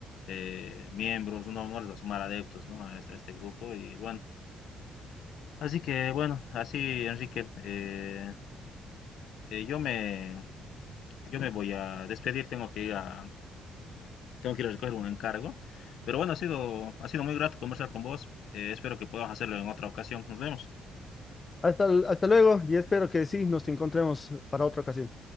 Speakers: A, on the left (about 70°); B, on the left (about 30°).
A: eh, miembros, no, no les va a sumar adeptos, ¿no? A este, a este grupo y bueno, así que bueno, así Enrique, eh, eh, yo me, yo me voy a despedir, tengo que ir a, Tengo que ir a recoger un encargo. Pero bueno, ha sido, ha sido muy grato conversar con vos. Eh, espero que podamos hacerlo en otra ocasión. Nos vemos.
B: Hasta, hasta luego y espero que sí nos encontremos para otra ocasión.